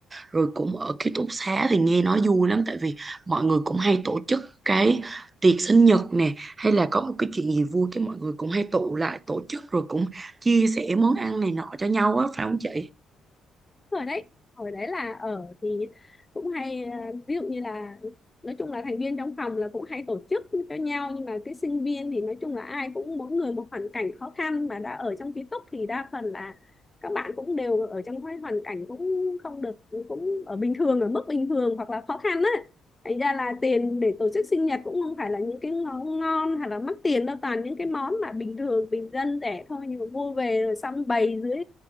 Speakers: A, on the right (about 25°); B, on the left (about 20°).
A: rồi cũng ở ký túc xá thì nghe nói vui lắm tại vì mọi người cũng hay tổ chức cái tiệc sinh nhật nè hay là có một cái chuyện gì vui cái mọi người cũng hay tụ lại tổ chức rồi cũng chia sẻ món ăn này nọ cho nhau á phải không chị?
B: ở đấy ở đấy là ở thì cũng hay ờ, ví dụ như là nói chung là thành viên trong phòng là cũng hay tổ chức cho nhau nhưng mà cái sinh viên thì nói chung là ai cũng mỗi người một hoàn cảnh khó khăn mà đã ở trong ký túc thì đa phần là các bạn cũng đều ở trong cái hoàn cảnh cũng không được cũng ở bình thường ở mức bình thường hoặc là khó khăn á thành ra là tiền để tổ chức sinh nhật cũng không phải là những cái món ngon hay là mắc tiền đâu toàn những cái món mà bình thường bình dân rẻ thôi nhưng mà mua về rồi xong bày dưới